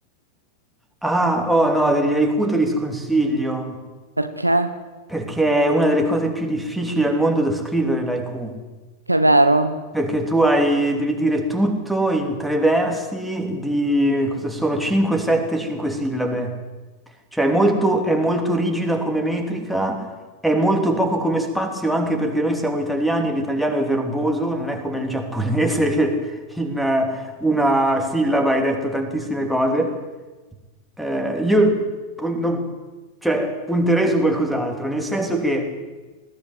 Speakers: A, in the centre; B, on the right (about 85°).
A: Ah, oh no, degli haiku te li sconsiglio.
B: perché?
A: perché è una delle cose più difficili al mondo da scrivere l'IQ.
B: Che è vero?
A: Perché tu hai, devi dire tutto in tre versi di cosa sono 5, 7, 5 sillabe. Cioè è molto, è molto rigida come metrica, è molto poco come spazio anche perché noi siamo italiani e l'italiano è verboso, non è come il giapponese <laughs> che in eh, una sillaba hai detto tantissime cose. Eh, io pun- non- cioè, punterei su qualcos'altro, nel senso che